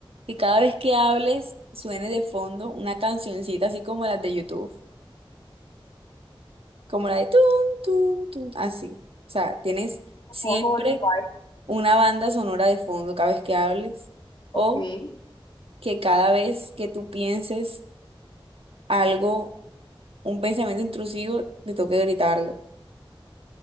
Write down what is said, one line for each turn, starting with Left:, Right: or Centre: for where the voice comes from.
Right: Que cada vez que hables suene de fondo una cancioncita así como las de YouTube, como la de tun, tun, tun, así. O sea, tienes
Left: Como,
Right: siempre
Left: como los pais.
Right: una banda sonora de fondo cada vez que hables o
Left: Ok.
Right: que cada vez que tú pienses algo, un pensamiento intrusivo, te toque gritarlo.